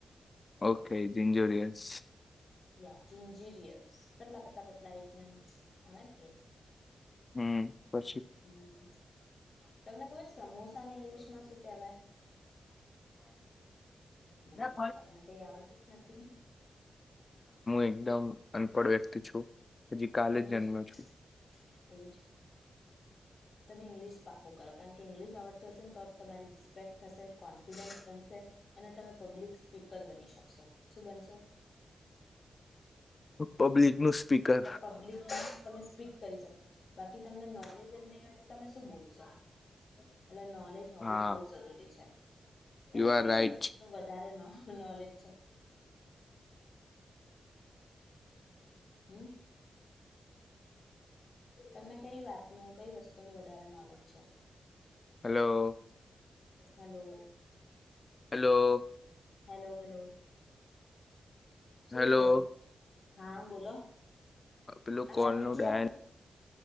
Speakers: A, on the left; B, on the left.
A: ઓકે જન્જોરિયસ
B: યા જિન્જીરિયસ પતલા પતલા પતલા એમ આવે ને એ
A: હમ્મ. ના
B: હમ તમને ખબર સમોસા ને ઇંગ્લિશમાં શું કહેવાય? બોલો
A: હ
B: તમને કઈ આવડતું જ નથી
A: એકદમ અનપડ વ્ય પ છુ. હજી કાલે
B: ઇંગ્લિશમાં
A: જ જન્મ છું.
B: એવું છે. તમે ઇંગ્લિશ પા કરો કારણ કે ઈંગ્લિશ આવડત હશે ને તો તમારી રિસ્પેક્ટ થશે કોન્ફિડન્સ બનશે અને તમે પબ્લિક સ્પીકર બની શકશો શું બનશો.
A: પબ્લિક નું સ્પીકર
B: પબ્લિકની તમે સ્પીક કરી શકો બાકી તમને નોલેજ જ નહીં હોય તો તમે શું બોલશો. એટલે નોલેજ હોવું
A: હા
B: બહવ જરૂરી છે. તમને
A: યુ આર
B: કઈ
A: રાઈટ
B: વસ્તુ ન વધારે ન નલેજ છે. હમ્મ. તમને કઈ વાતનુંું કઈ વસ્તુ નું વધારે નોલેજ છે.
A: Hello.
B: Hello.
A: Hello.
B: Hello hello. શું
A: હેલો.
B: થયું હા બોલો
A: પ્લુકોલનું
B: અવાજ નથી
A: ડાયન
B: આવતી